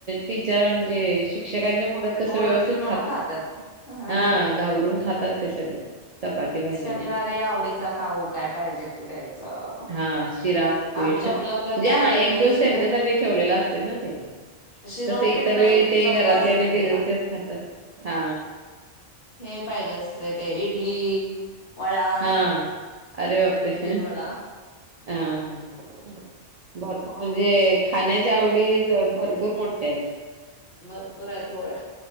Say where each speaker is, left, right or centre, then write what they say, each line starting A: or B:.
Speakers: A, on the right (about 50°); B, on the left (about 45°).
A: टीचर म्हणजे. शिक्षकांच्या. कसं
B: ओरडतील
A: व्यवस्थित
B: म्हणून खातात. हम्म
A: हा घाबरून खातात ते सगळं. चपाती भाजी
B: शनिवारी
A: वगैरे
B: आवडीचा खाऊ काय पाहिजे ते द्यायचं.
A: हा शिरा उपीट
B: आमच्या
A: म्हणजे
B: मुलाला तर काय
A: हा एक
B: ते
A: दिवस
B: शिर
A: त्यांच्यासाठी ठेवलेला असतोय ना ते
B: शिरा
A: कसे
B: उपीठ
A: इतर
B: नाही
A: वेळी ते
B: नको
A: घरातल्याने
B: असते
A: दिलेले
B: त्याला.
A: तेच खातात. हा
B: हे पाहिजे असतय ते इडली वडा
A: हा अरे बापरे!
B: उडीद वडा
A: हा हं. भरपूर म्हणजे खाण्याच्या आवडी भरपूर मोठ्यायत.
B: भरपूर आहेत होय.